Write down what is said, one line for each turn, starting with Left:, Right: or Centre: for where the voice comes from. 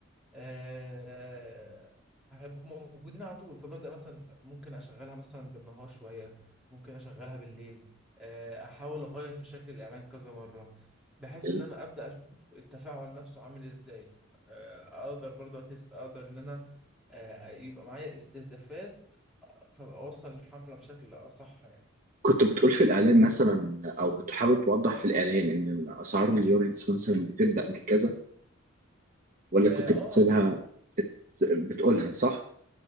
Centre: آه، هيبقوا موجودين على طول فببدأ مثلا ممكن أشغلها مثلا بالنهار شوية ممكن أشغلها بالليل آه، أحاول أغير في شكل الإعلان كذا مرة بحيث
Right: حلو.
Centre: إن أنا أبدأ أشوف التفاعل نفسه عامل إزاي آه، أقدر برضو أتست أقدر إن أنا آه، يبقى معايا استهدافات فأبقى أوصل الحملة بشكل أصح يعني
Right: كنت بتقول في الإعلان مثلا أو بتحاول توضح في الإعلان إن أسعار اليونتس مثلا بتبدأ من كذا ولا
Centre: آه
Right: كنت
Centre: آه
Right: بتسيبها بت- بتقولها صح؟